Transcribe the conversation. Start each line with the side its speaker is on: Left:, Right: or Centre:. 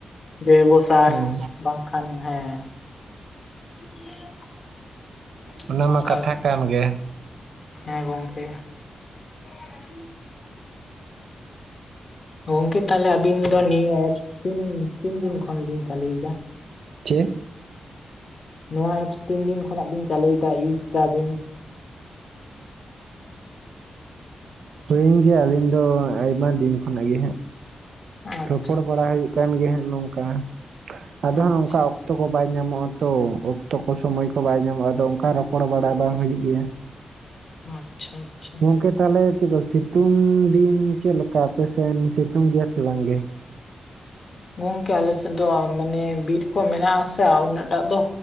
Left: ᱡᱚᱭᱵᱚ ᱥᱟᱨ
Right: ᱦᱩᱸ
Left: ᱵᱟᱝ ᱠᱷᱟᱱ ᱦᱮᱸ <unintelligible>
Right: ᱚᱱᱟ
Left: ᱚᱱᱠᱟ
Right: ᱢᱟ ᱠᱟᱛᱷᱟ ᱠᱟᱱ ᱜᱮ
Left: ᱦᱮᱸ ᱜᱚᱢᱠᱮ <unintelligible> ᱜᱚᱝᱠᱮ ᱛᱟᱦᱚᱞᱮ ᱟᱹᱵᱤᱱ ᱫᱚ ᱱᱤᱭᱟᱹ ᱮᱯᱥ ᱵᱤᱱ ᱛᱤᱱ ᱫᱤᱱ ᱠᱷᱚᱱ ᱵᱤᱱ ᱪᱟᱹᱞᱩᱭᱮᱫᱟ
Right: ᱪᱮᱫ
Left: ᱱᱚᱣᱟ ᱮᱯᱥ ᱛᱤᱱ ᱫᱤᱱ ᱠᱷᱚᱱᱟᱜ ᱵᱤᱱ ᱪᱟᱹᱞᱩᱭᱮᱫᱟ ᱤᱭᱩᱡ ᱮᱫᱟ ᱵᱤᱱ
Right: ᱦᱩᱭᱮᱱ ᱜᱮᱭᱟ ᱟᱹᱞᱤᱧ ᱫᱚ ᱟᱭᱢᱟ ᱫᱤᱱ ᱠᱷᱚᱱᱟᱜ ᱜᱮ ᱦᱟᱸᱜ
Left: ᱟᱪᱪᱷᱟ
Right: ᱨᱚᱯᱚᱲ ᱵᱟᱲᱟ ᱦᱩᱭᱩᱜ ᱠᱟᱱ ᱜᱮ ᱦᱟᱸᱜ ᱱᱚᱝᱠᱟ ᱟᱫᱚ
Left: ᱟᱪᱪᱷᱟ
Right: ᱦᱟᱸᱜ ᱱᱚᱚᱱᱠᱟ ᱚᱠᱛᱚ ᱠᱚ ᱵᱟᱭ ᱧᱟᱢᱚᱜᱼᱟ ᱛᱚ ᱚᱠᱛᱚ ᱠᱚ ᱥᱚᱢᱚᱭ ᱠᱚ ᱵᱟᱭ ᱧᱟᱢᱚᱜᱼᱟ ᱟᱫᱚ ᱚᱱᱠᱟ ᱨᱚᱯᱚᱲ ᱵᱟᱲᱟ ᱵᱟᱝ ᱦᱩᱭᱩᱜ ᱜᱮᱭᱟ
Left: ᱟᱪᱪᱷᱟ ᱟᱪᱪᱷᱟ
Right: ᱜᱚᱝᱠᱮ ᱛᱟᱦᱚᱞᱮ ᱪᱮᱫ ᱠᱚ ᱥᱤᱛᱩᱝ ᱫᱤᱱ ᱪᱮᱫ ᱞᱮᱠᱟ ᱟᱯᱮᱥᱮᱱ ᱥᱤᱛᱩᱝ ᱜᱮᱭᱟ ᱥᱮ ᱵᱟᱝ ᱜᱮ
Left: ᱜᱚᱝᱠᱮ ᱟᱞᱮᱥᱮᱫ ᱫᱚ ᱢᱟᱱᱮ ᱵᱤᱨ ᱠᱚ ᱢᱮᱱᱟᱜ ᱟᱥᱮ ᱩᱱᱟᱹᱜ ᱴᱟᱜ ᱫᱚ